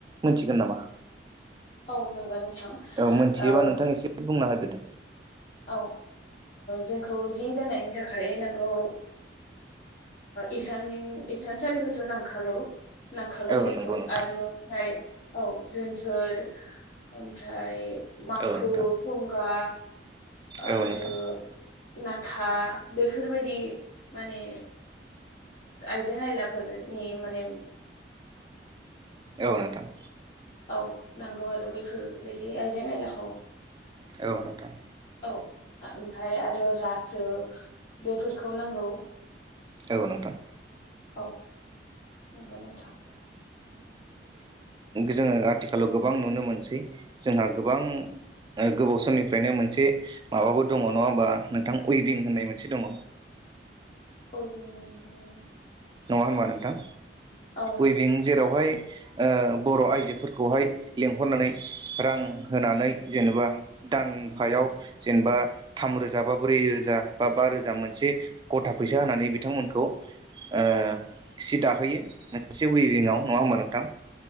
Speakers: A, on the right; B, on the left.
A: मिथिगोन नामा
B: औ नंगौ नोंथां
A: मोनथियोबा
B: औ
A: नोंथां एसे बुंना होदो दे
B: औ जोंखौ जि दानायनि थाखाय नांगौ इसान इसानसालिखौथ' नांखागौ नांखागोन
A: औ
B: बेखौ
A: नंगौ नोंथां
B: आरो ओमफ्राय औ जोनथोर ओमफ्राय माखु
A: औ नोंथां
B: फुंगा
A: औ
B: आरो।
A: नोंथां
B: नाथाय बेफोरबायदि माने आइजें आयलाफोरनि माने।
A: औ नोंथां।
B: औ नांगौ आरो बेफोरबायदि आइजें आयलाखौ।
A: औ नोंथां।
B: औ ओमफाय आरो रासो बेफोरखौ नांगौ।
A: औ नोंथां।
B: औ। नंगौ नोंथां।
A: जोंङो आथिखालाव गोबां नुनो मोनसै जोंहा गोबां गोबाव समनिफ्रायनो मोनसे माबाबो दङ नङा होमबा नोंथां उइभिं होननाय मोनसे दङ।
B: उइभिं।
A: नङा होनबा नोंथां
B: औ
A: उइभिं जे जेरावहाय ओ बर आइजोफोरखौहाय लेंहरनानै रां होनानै जेनेबा दानफायाव जेनेबा थामरोजा बा ब्रै रोजा बा बा रोजा मोनसे गथा फैसा होनानै बिथांमोनखौ ओ सि दाहोयो मोनसे उइभिंआव नङा होमबा नोंथां।